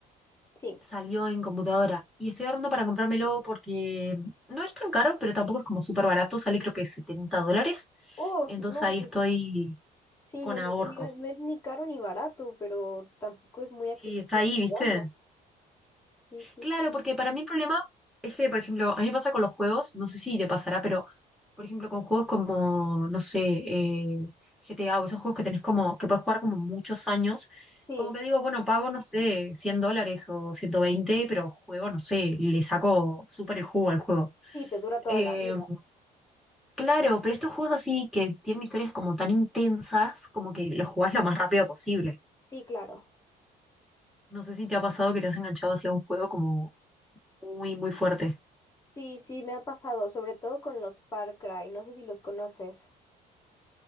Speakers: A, on the left; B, in the centre.
A: Sí.
B: salió en computadora y estoy ahorrando para comprármelo porque no es tan caro, pero tampoco es como súper barato, sale creo que 70 dólares,
A: Oh,
B: entonces
A: no,
B: ahí
A: pues
B: estoy
A: sí,
B: con
A: no,
B: ahorro.
A: no, no- no es ni caro ni barato, pero tampoco es muy
B: Sí,
A: accesible
B: está ahí,
A: que
B: ¿viste?
A: digamos. Sí, sí,
B: Claro,
A: sí.
B: porque para mí el problema es que, por ejemplo, a mí me pasa con los juegos, no sé si te pasará, pero, por ejemplo, con juegos como, no sé, eh, GTA o esos juegos que tenés como, que puedes jugar como muchos años,
A: Sí,
B: como que digo, bueno, pago, no sé, 100 dólares o 120 pero juego, no sé, le saco súper el jugo al juego.
A: sí, te dura toda
B: Eh,
A: la vida.
B: Claro, pero estos juegos así que tienen historias como tan intensas, como que los jugás lo más rápido posible.
A: Sí, claro.
B: No sé si te ha pasado que te has enganchado hacia un juego como muy, muy fuerte.
A: Sí, sí, me ha pasado, sobre todo con los Far Cry. No sé si los conoces.